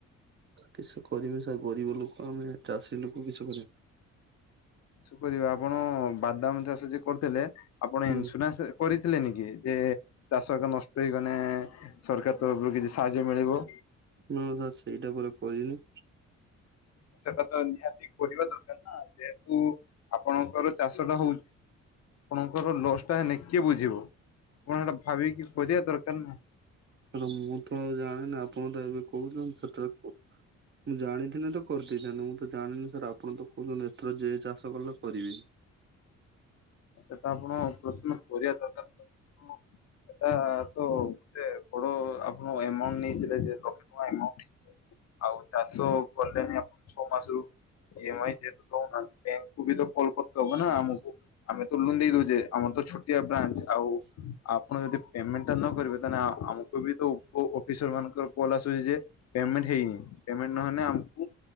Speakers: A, on the right; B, on the left.
A: କିସ କରିବି ସାର୍ ଗରିବ ଲୋକ ଆମେ ଚାଷୀ ଲୋକ କିସ କରି
B: କିସକରିବେ ଆପଣ ବାଦାମ ଚାଷ ଯେ କରିଥିଲେ ଆପଣ
A: ହୁଁ
B: ଇନ୍ସୁରାନ୍ସ କରିଥିଲେନି କି ଯେ ଚାଷ ହେକା ନଷ୍ଟ ହେଇଗନେ ସରକାର ତରଫରୁ କିଛି ସାହାଯ୍ୟ ମିଳିବ।
A: ନା ସାର୍ ସେଇଟା ପୁରା କରିନି।
B: ସେଟା ତ ନିହାତି କରିବା ଦରକାର ନା ଯେହେତୁ ଆପଣଙ୍କର ଚାଷ ଟା ହଉଛି ଆପଣଙ୍କର ଲସ୍ ଟା ହେନେ କିଏ ବୁଝିବ ଆପଣ ସେଟା ଭାବିକି କରିବା ଦରକାର ନା।
A: ହେଲେ ମୁଁ ତ ଆଉ ଜାଣିନି ଆପଣ ତ ଏବେ କହୁଛନ୍ତି ସେଥିରେ ମୁଁ ଜାଣିଥିଲେ ତ କରିଦେଇଥାନ୍ତି ମୁଁ ତ ଜାଣିନି ସାର୍ ଆପଣ ତ କହୁଛନ୍ତି ଏଥର ଯିଏ ଚାଷ କଲେ କରିବେ।
B: ସେଟା ଆପଣ ପ୍ରଥମେ କରିବା ଦରକାର <unintelligible> ଏଟା ତ ଏତେ ବଡ ଆପଣ ଏମାଉଣ୍ଟ ନେଇଥିଲେ ଯେ ଲକ୍ଷେ ଟଙ୍କା ଏମାଉଣ୍ଟ ନେଇ ଆଉ ଚାଷ କଲେଣିି ଆପଣ ଛଅ ମାସରୁ ଇ -ଏମ-ଆଇ ଯେହେତୁ ଦଉନାହାନ୍ତି କୁବି ତ କଲ କରତେ ହବ ନା ଆମକୁ। ଆମେ ତ ଲୁନ୍ ଦେଇ ଦେଉଛେ ଆମର ତ ଛୋଟିଆ ବ୍ରାଞ୍ଚ ଆଉ ଆପଣ ଯଦି ପେମେଣ୍ଟ ଟା ନ କରିବେ ତାହେନେ ଆ ଆମକୁ ଆମକୁ ବି ତ ଉପ ଅଫିସର ମାନଙ୍କର କଲ ଆସୁଛି ଯେ ପେମେଣ୍ଟ ହେଇନି ପେମେଣ୍ଟ ନହେନେ ଆମକୁ